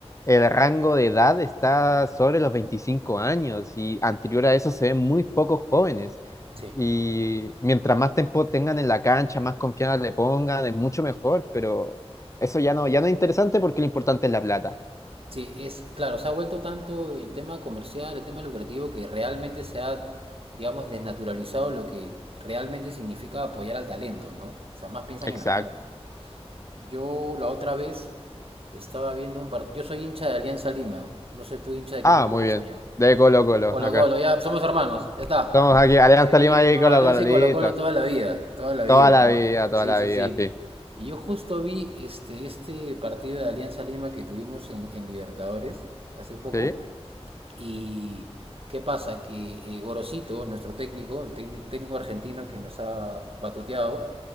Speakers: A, on the left (about 30°); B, on the right (about 60°).
A: el rango de edad está sobre los 25 años y anterior a eso se ven muy pocos jóvenes.
B: Sí.
A: Y mientras más tiempo tengan en la cancha, más confianza le pongan, es mucho mejor, pero eso ya no, ya no es interesante porque lo importante es la plata.
B: Sí, es claro, se ha vuelto tanto el tema comercial, el tema lucrativo, que realmente se ha, digamos, desnaturalizado lo que realmente significa apoyar al talento, ¿no? O sea, más piensan
A: Exacto.
B: en la plata. Yo la otra vez estaba viendo un partido. Yo soy hincha de Alianza Lima. No sé tú hincha de
A: Ah,
B: qué equipo
A: muy
B: eres
A: bien.
B: allá.
A: De Colo Colo,
B: Colo
A: acá.
B: Colo, ya somos hermanos, ya está.
A: Somos aquí, Alianza
B: Sí,
A: Lima y
B: no,
A: Colo
B: Alianza
A: Colo,
B: y
A: listo.
B: Colo Colo toda la vida, toda la vida,
A: Toda la
B: ¿no?
A: vida, toda
B: Sí,
A: la
B: sí,
A: vida,
B: sí.
A: sí.
B: Y yo justo vi este, este partido de Alianza Lima que tuvimos en, en Libertadores hace poco.
A: ¿Sí?
B: Y qué pasa, que eh, Gorosito, nuestro técnico, el técnico, técnico argentino que nos ha batuteado,